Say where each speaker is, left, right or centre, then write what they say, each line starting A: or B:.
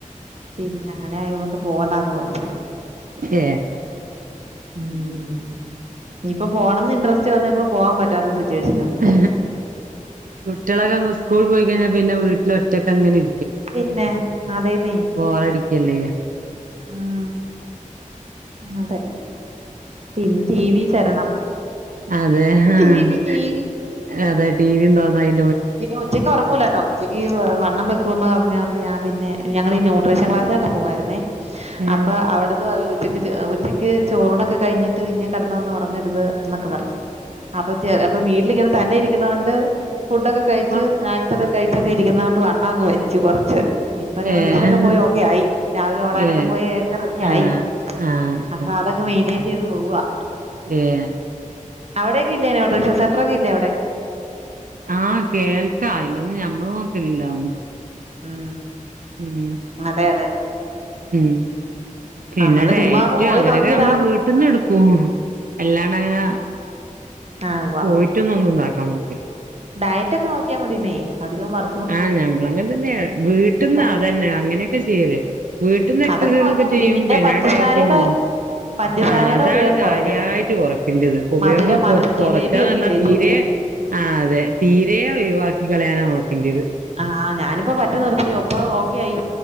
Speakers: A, on the right; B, on the right.
A: പിന്നെ അങ്ങനെ ആയുകൊണ്ട് പോകണ്ടന്ന് പറഞ്ഞ
B: ഏ
A: ഉം ഇനിയിപ്പോൊ പോണംന്ന് ഇൻട്രസ്റ്റ് വന്ന ഇപ്പ പോവാൻ പറ്റാത്ത സിറ്റുവേഷനും
B: ആ കുട്ടികളൊക്കെ അങ്ങ് സ്കൂൾ പോയി കഴിഞ്ഞാൽ പിന്നെ വീട്ടില ഒറ്റക്കെ അങ്ങനെ ഇ
A: പിന്നെ അതേന്നെ
B: ബോറടിക്കല്ലേയ്യ
A: ഉം അതെ പിന്നെ ടി വി ശരണം
B: അതെ
A: ടീവി
B: ആഹ്
A: ടീവി
B: അതെ ടടിീിയും തോന്നാായി
A: പിന്നെ ഉച്ചയ്ക്ക് ഉറങ്ങൂലാട്ടോ ഉച്ചക്ക്ഈ വണ്ണം വെക്കന്ന് പറഞ്ഞുക കൊണ്ട്ഞൻ പിന്നെ ഞൾ ന്യൂട്രീഷൻ ക്ലാസൊക്കെ പോായിരുന്നേ
B: ഏഹ്
A: അപ്പൊ അവിടെന്ന് പറയച്ച ഉച്ചയ്ക്ക് ചോറണൊക്കെ കഴിഞ്ഞിട്ട് പിന്നെ കിടന്ന വന്ന് ഉറങ്ങരുത് എന്നൊക്കെ പറു അപ്പൊ ചെ അപ്പൊ വീട്ടിലിങ്ങനെ തന്നെ ഇരിക്കണോണ്ട് ഫുഡൊക്കെ കഴിച്ച്
B: ആഹ്
A: സ്നാക് സൊക്കെ കഴിച്ചൊക്കെ ഇരിക്കുന്നത കൊ ണ്ട് വണ്ണം അങ്ങ് വെച്ച് കുറച്ച് ഇപ്പൊ ന്യൂഡ്രീഷനൊക്കെ
B: ഏഹ്
A: പോയി ഓക്കെ ആയി രാവിലെ ഓടാനൊക്കെ
B: ഏഹ്
A: പോയി ഒക്കെ റെഡി
B: ആഹ്
A: ആയി
B: ആഹ്
A: അപ്പൊ
B: ആഹ്
A: അതൊക്കെ മെയിൻ്റെയിൻ ചെയ്ത് പോവവാ
B: ഏഹ്
A: അവിടെേക്ക ഇല്യേനോ റീഷ സന്ററൊക്കെ ഇല്ല അവിടെ
B: ആഹ് കേൾക്ക അയിലൊന്നും ഞമ്മള് നോക്കലില്ലന്നും
A: ഉം
B: ഉം
A: അതെ അതെ
B: ഉം പിന്നെ
A: അങ്ങനെ
B: ഡയറ്റ്
A: ചുമ്മാ ഒന്ന് പോയി
B: അങ്ങനെയൊക്കെ
A: നോക്കിയതാ
B: നമ്മള് വീട്ട്ന്ന് എടുക്കും എല്ലാണ അങ്ങനെ
A: ആ <unintelligible>
B: പോയിട്ടൊന്നും ഒന്നും ഇണ്ടാക്കാൻ നോക്കലില്ല.
A: ഡയറ്റ് ഒക്കെ നോക്കിയാ മതീന്നെ അധികം വർ
B: ആഹ് ഞമ്മള് അങ്ങൻതന്നെയാ വിട്ട്ന്ന്
A: കൂട്ടാം
B: അതെന്നെ അങ്ങനെയൊക്കെ ചെയ്യല് വി ട്ട്ന്ന് എക്സസൈസ്
A: അതൊക്കെ നോക്കിയാൽ
B: ഒക്കെ
A: മതി
B: ചെയ്യും പിന്നെ
A: പഞ്ചസാരയുടെ
B: ഡയറ്റിംഗ്
A: പഞ്ചസാരയുടെ
B: ആ അതാണ്
A: ഉപയോഗം
B: കാര്യായിട്ട്
A: കുറയ്ക്കണം
B: കൊറക്കേണ്ടത് ഉപയോഗം
A: മധുരം മധുരം
B: കൊറക്കാന്ന്
A: ജിലേബി ഒക്കെ
B: പറഞ്ഞാൽ
A: ഇല്ലേ
B: തീരെ
A: ജിലേബി
B: ആ അതെ തീരെ ഒഴിവാക്കി കളയാനാ നോക്കേണ്ടിത്
A: ആഹ ഞാനിപ്പോ പറ്റെ നിർത്തി അപ്പോ ഓക്കെ ആയി